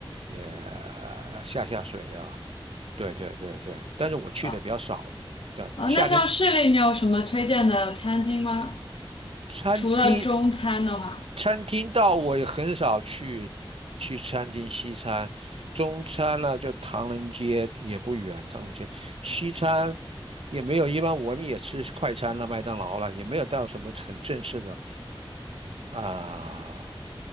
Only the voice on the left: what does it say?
呃，呃那像市里你有什么推荐的餐厅吗？
除了中餐的话。